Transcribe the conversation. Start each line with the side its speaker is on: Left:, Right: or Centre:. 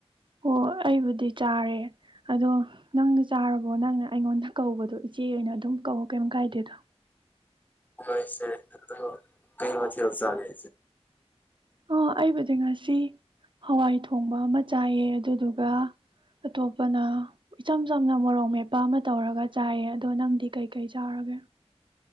Right: ꯑꯣ ꯑꯩꯕꯨꯗꯤ ꯆꯥꯔꯦ ꯑꯗꯣ ꯅꯪꯅ ꯆꯥꯔꯕꯣ ꯅꯪꯅ ꯑꯩꯉꯣꯟꯗ ꯀꯧꯕꯗꯣ ꯏꯆꯦ ꯑꯣꯏꯅ ꯑꯗꯨꯝ ꯀꯧ ꯀꯩꯝ ꯀꯥꯏꯗꯦꯗꯣ
Left: ꯍꯣꯌ ꯏꯆꯥ ꯑꯗꯣ ꯀꯩ ꯃꯊꯦꯜ ꯆꯥꯒꯦ
Right: ꯑ ꯑꯩꯕꯨꯗꯤ ꯉꯁꯤ ꯍꯋꯥꯏ ꯊꯣꯡꯕ ꯑꯃ ꯆꯥꯏꯑ ꯑꯗꯨꯗꯨꯒ ꯑꯇꯣꯞꯄꯅ ꯏꯆꯝ ꯆꯝꯅ ꯃꯣꯔꯣꯛ ꯃꯦꯠꯄ ꯑꯃ ꯇꯧꯔꯒ ꯆꯥꯏꯑ ꯑꯗꯣ ꯅꯪꯗꯤ ꯀꯩꯀꯩ ꯆꯥꯔꯒꯦ